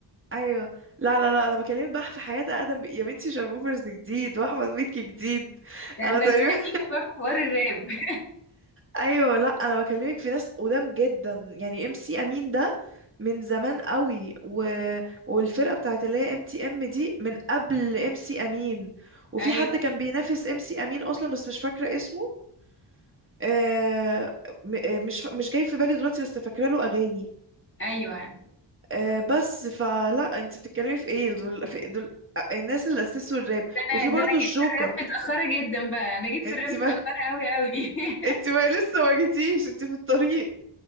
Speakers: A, on the right; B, on the left.
A: ايوه لا لا لا انا بكلمك بقى في حياة اقدم ب... يا بنتي شارموفرز جديد واحمد مكي جديد
B: ده
A: انا
B: ده
A: تقريبا
B: انت قديمه بقى في حوار الراب
A: ايوه لا انا بكلمك في ناس قدام جدا يعني ام سي امين ده من زمان قوي و... والفرقه بتاعت اللي هي ام تي ام دي من قبل ام سي امين وفي
B: ايوه
A: حد كان بينافس ام سي امين اصلا بس مش فاكره اسمه آه... م... آه، مش ف... مش جاي في بالي دلوقتي بس فاكره له اغاني
B: ايوه
A: آه... بس فلا انت بتتكلمي في ايه دول... في... دول... آه، الناس اللي اسسوا الراب
B: ده
A: وفي
B: انا
A: برضو
B: ده انا جيت
A: الجوكر
B: في الراب متاخره جدا بقى انا جيت
A: انت
B: في الراب متاخره
A: ما
B: قوي قوي <laughs>
A: انت ما لسه ما جيتيش انت في الطريق